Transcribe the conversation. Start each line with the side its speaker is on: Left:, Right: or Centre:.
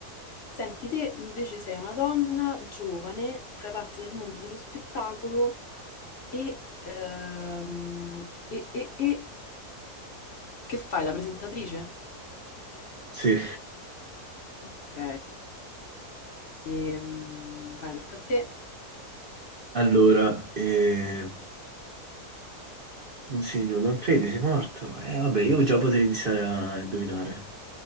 Left: Senti, te invece sei una donna giovane, fai parte del mondo dello spettacolo e, ehm, e- e- e- che fai? La presentatrice?
Right: Sì.
Left: Ok. Ehm, vai, tocca a te.
Right: Allora, eh... Non si, non Manfredi, sei morto? Eh, vabbè, io già potrei iniziare a indovinare.